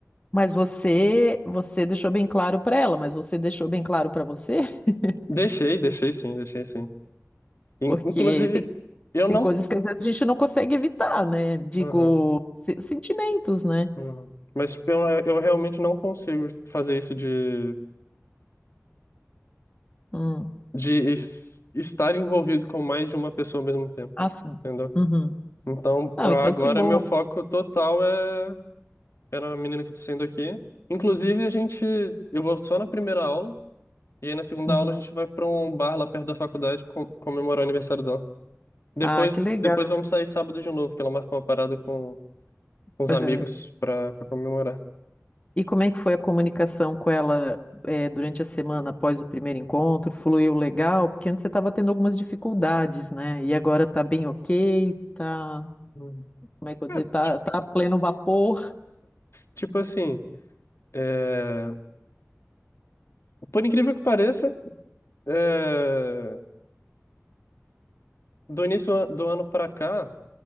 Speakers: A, on the left; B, on the left.
A: Mas você, você deixou bem claro para ela, mas você deixou bem claro para você? <laughs>
B: Deixei, deixei sim, deixei sim. In-
A: Porque
B: Inclusive,
A: tem,
B: eu
A: tem
B: não.
A: coisas que às vezes a gente não consegue evitar, né? Digo,
B: Aham.
A: se- sentimentos, né?
B: Uhum. Mas tipo, eu, eu realmente não consigo fazer isso de,
A: Hum.
B: de es- estar envolvido com mais de uma pessoa ao mesmo tempo,
A: Ah, sim.
B: entendeu?
A: Uhum.
B: Então,
A: Não, então
B: agora
A: que bom.
B: meu foco total é, é na menina que eu tô saindo aqui. Inclusive, a gente, eu vou só na primeira aula, e aí na segunda
A: Uhum.
B: aula a gente vai pra um bar lá perto da faculdade com- comemorar o aniversário dela. Depois,
A: Ah, que legal.
B: depois vamos sair sábado de novo, que ela marcou uma parada com, com os
A: Aham.
B: amigos pra, pra comemorar.
A: E como é que foi a comunicação com ela, eh, durante a semana após o primeiro encontro? Fluiu legal? Porque antes você estava tendo algumas dificuldades, né? E agora tá bem ok, tá,
B: Hum.
A: como é que eu
B: Cara,
A: vou dizer, tá,
B: tipo,
A: tá a pleno vapor.
B: tipo assim, é, por incrível que pareça, é, do início do ano pra cá.